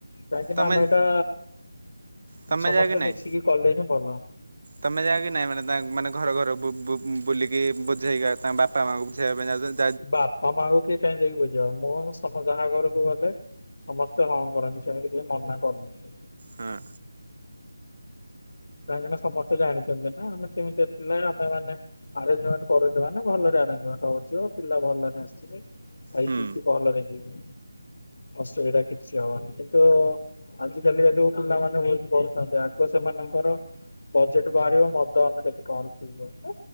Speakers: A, on the left; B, on the right.
A: କାହିଁକି
B: ତମେ
A: ନା ଆମେ ଏଟା
B: ତମେ
A: ସମସ୍ତେ
B: ଯାଅ କି ନାଇଁ?
A: ମିଶିକି କଲେ ହିଁ ଭଲ।
B: ତମେ ଯାଅ କିି ନାଇଁ ମାନେ ତା ମାନେ ଘର ଘର ବୁ-ବୁ-ବୁଲିକି ବୁଝେଇବା ତାଙ୍କ ବାପା ମାଆଙ୍କୁ ବୁଝେଇବା ପାଇଁ ଯାଉଚ
A: ବାପା ମାଆଙ୍କୁ କିଏ କାହିଁ ଯାଇକି ବୁଝିବ ମୁଁ ସମ୍ପ ଯାହା ଘରକୁ ଗଲେ ସମସ୍ତେ ହଁ କରନ୍ତି ସେମିତି କେହିଁ ମନା କରନ୍ତିନି।
B: ହୁଁ।
A: କାହିଁକି ନା ସମସ୍ତେ ଜାଣିଛନ୍ତି ନା ଆମେ କେମିତିଆ ପିଲା ଆମେ ମାନେ ଆରେଞ୍ଜମଣ୍ଟ କରୁଚୁମାନେ ଭଲରେ ଆରେଞ୍ଜମଣ୍ଟ ହୋଉଥିବ ପିଲା ଭଲରେ ଆସିବେ। ଖାଇ
B: ହୁଁ
A: ପିିଇକି ଭଲ ରେ ଯିବେ ଅସୁବିଧା କିଛି ହବନି କିନ୍ତୁ ଆଜିକାଲିିକା ଯୋଉ ପିଲାମାନେ ଭୋଜି କରୁଛନ୍ତି ଆଗ ସେମାନେ ତାର ବଜେଟ ବାହାରିବ ମଦ ଆମେ କେତେ ଟଙ୍କାରେ ପିଇବୁ।